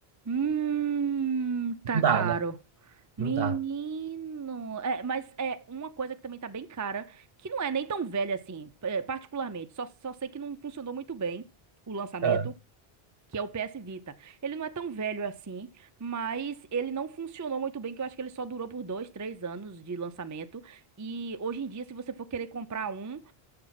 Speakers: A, on the right; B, on the right.
A: Hum, tá
B: Não dá,
A: caro.
B: né?
A: Menino,
B: Não dá.
A: é, mas é uma coisa que também tá bem cara, que não é nem tão velha assim, é, particularmente. Só, só sei que não funcionou muito bem o lançamento,
B: Ah.
A: que é o PS Vita. Ele não é tão velho assim, mas ele não funcionou muito bem, que eu acho que ele só durou por dois, três anos de lançamento. E hoje em dia, se você for querer comprar um,